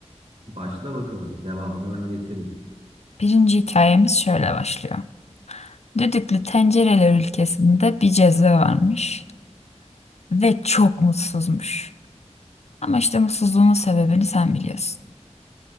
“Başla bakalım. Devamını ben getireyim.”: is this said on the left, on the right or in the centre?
Right